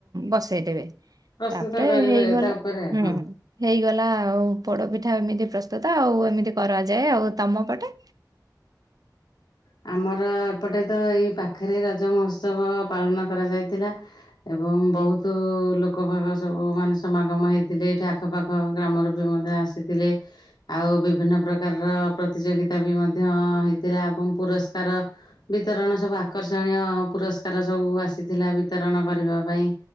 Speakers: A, on the right (about 55°); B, on the left (about 75°).
A: ବସେଇଦେବେ
B: ପ୍ରସ୍ତୁତ
A: ତାପରେ
B: କରିବେ
A: ହେଇଗଲା
B: ତା ଉପରେ
A: ହୁଁ
B: ହଁ
A: ହେଇଗଲା ଲା ଆଉ ପୋଡ ପିଠା ଏମିତି ପ୍ରସ୍ତୁତ ଆଉ ଏମିତି କରାଯାଏ ଆଉ ତମ ପଟେ
B: ହ ଆମର ଏପଟେ ତ ଏଇ ପାଖରେ ରଜ ମହୋତ୍ସବ ପାଳନ କରାଯାଇଥିଲା ଏବଂ ବହୁତ ଲୋକବାକ ସବୁ ମାନେ ସମାଗମ ହେଇଥିଲେ ଏଇଠି ଆଖପାଖ ଗ୍ରାମରେ ବି ମଧ୍ୟ ଆସିଥିଲେ ଆଉ ବିଭିନ୍ନ ପ୍ରକାରର ପ୍ରତିଯୋଗିତା ବି ମଧ୍ୟ ହେଥିଲା ଏବଂ ପୁରସ୍କାର ବିତରଣ ସବୁ ଆକର୍ଷଣୀୟ ପୁରସ୍କାର ସବୁ ଆସିଥିଲା ବିତରଣ କରିବା ପାଇଁ